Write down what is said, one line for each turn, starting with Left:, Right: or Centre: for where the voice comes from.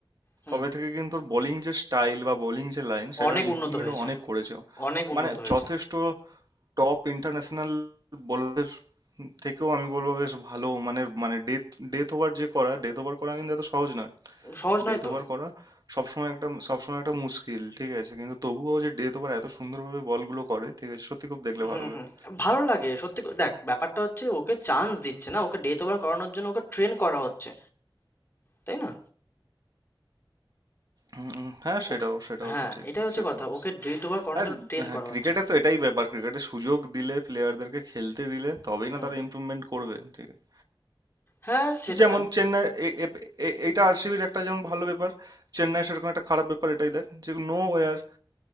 Left: হুম
Right: তবে থেকে কিন্তু ওর বোলিং যে স্টাইল বা বোলিং যে লাইন সেটার
Left: অনেক
Right: ইমপ্রুভমেন্টও
Left: উন্নত হয়েছে
Right: অনেক করেছে
Left: অনেক উন্নত
Right: মানে
Left: হয়েছে
Right: যথেষ্ট টপ ইন্টারন্যাশনাল বোলার থেকেও আমি বলবো বেশ ভালো মানে মানে ডেথ ডেথ ওভার যে করা ডেথ ওভার করা কিন্তু এত সহজ না
Left: সহজ নয়
Right: ডেথ
Left: তো
Right: ওভার করা সবসময় একটা সবসময় একটা মুশকিল ঠিক আছে কিন্তু তবুও যে ডেথ ওভার এত সুন্দরভাবে বলগুলো করে ঠিক আছে সত্যি খুব দেখলে
Left: হুম
Right: ভালো লাগে
Left: হুম ভালো লাগে সত্যি ক- দেখ ব্যাপারটা হচ্ছে ওকে চান্স দিচ্ছে না ওকে ডেট ওভার করানোর জন্য ওকে ট্রেন করা হচ্ছে তাই না
Right: হুম, হুম, হ্যাঁ সেটাও
Left: ওকে
Right: সেটাও
Left: হ্যাঁ
Right: তো ঠিক
Left: এটাই হচ্ছে
Right: সেটাও
Left: কথা ওকে ডেট ওভার করানোর
Right: আর
Left: জন্য ট্রেন
Right: হ্যাঁ
Left: করা
Right: ক্রিকেটে
Left: হচ্ছে
Right: তো এটাই ব্যাপার ক্রিকেটে সুযোগ দিলে প্লেয়ারদেরকে খেলতে দিলে তবেই
Left: হুম
Right: না তারা ইমপ্রুভমেন্ট করবে ঠিক আছে
Left: হ্যাঁ সেটা
Right: এই যেমন চেন্নাই এ- এ- এ- এইটা আরসিবির একটা যেমন ভালো ব্যাপার চেন্নাই সেরকম একটা খারাপ ব্যাপার এটাই দেখ যে নো ওয়ার